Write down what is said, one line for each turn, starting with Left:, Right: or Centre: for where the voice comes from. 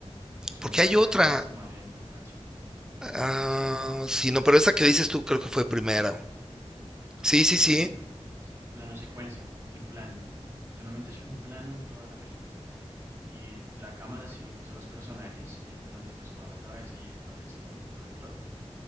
Right: que es una
Centre: Porque
Right: playa,
Centre: hay otra.
Right: si no estoy mal, en, en Francia.
Centre: ah,
Right: Sí,
Centre: sí, no, pero esa que dices tú creo que fue primero. Sí, sí, sí,
Right: sí. Plano secuencia, en plan, literalmente es un plano en toda la película y la cámara sigue pues a los personajes eh, durante pues toda la travesía y toda la historia y todo el plot,